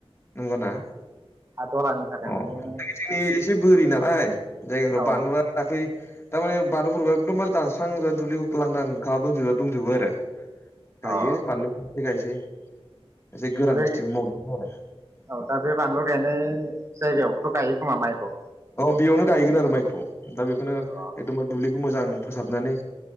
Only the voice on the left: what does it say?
नंगौना?
अ
जोंनि एसे बोरि नालाय जायगाफोराव
बानलुआ दाख्लै थारमाने बानलुफोरखौ एखदमबारे दानस्रां दुब्लिखौ लांदां खालामना दंजोबो आरो गाइयो
बानलुखौबो गायसै। एसे गोरान
खेथिबो मावदोंमोन आरो।
औ बेयावनो गायगोन आरो माइखौ दा बेखौनो एकदमबारि
दुब्लि खौ मोजां फोसाबनानै